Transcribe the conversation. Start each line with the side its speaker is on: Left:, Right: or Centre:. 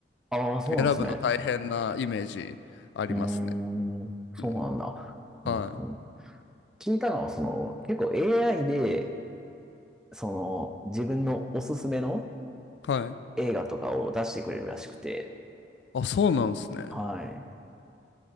Centre: ああ、そうなんですね。
Left: 選ぶの大変なイメージありますね。
Centre: うーん。そうなんだ。
Left: うん。
Centre: うんうん。
Left: はい。
Centre: 聞いたのは、その、結構 AI で、その、自分のおすすめの
Left: はい。
Centre: 映画とかを出してくれるらしくて、
Left: あ、そうなんですね。
Centre: はい。